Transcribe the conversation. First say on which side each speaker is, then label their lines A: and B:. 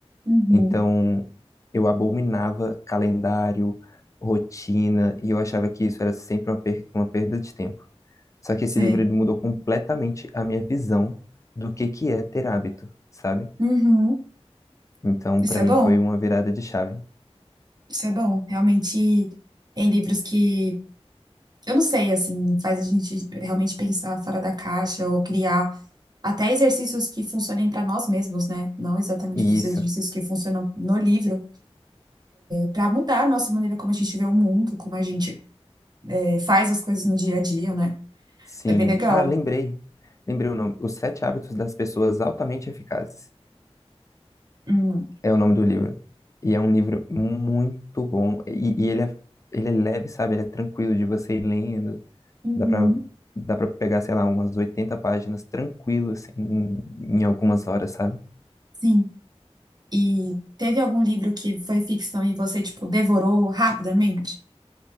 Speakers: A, on the right (about 40°); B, on the left (about 30°).
A: uhum,
B: Então, eu abominava calendário, rotina, e eu achava que isso era sempre uma, per- uma perda de tempo. Só que esse
A: sei.
B: livro ele mudou completamente a minha visão do que que é ter hábito, sabe?
A: Uhum.
B: Então,
A: Isso
B: pra
A: é
B: mim
A: bom,
B: foi uma virada de chave.
A: isso é bom. Realmente tem livros que, eu não sei, assim, faz a gente realmente pensar fora da caixa ou criar até exercícios que funcionem para nós mesmos, né? Não exatamente
B: E
A: os
B: isso,
A: exercícios que funcionam no livro. para mudar a nossa maneira como a gente vê o mundo, como a gente eh, faz as coisas no dia a dia, né?
B: sim.
A: É bem legal.
B: Ah, lembrei. Lembrei o nome. Os Sete Hábitos das Pessoas Altamente Eficazes.
A: Hum,
B: É o nome do livro. E é um livro muito bom. E, e ele é, ele é leve, sabe? Ele é tranquilo de você ir lendo.
A: uhum,
B: Dá pra, dá pra pegar, sei lá, umas 80 páginas tranquilo, assim, em, em algumas horas, sabe?
A: sim. E teve algum livro que foi ficção e você, tipo, devorou rapidamente?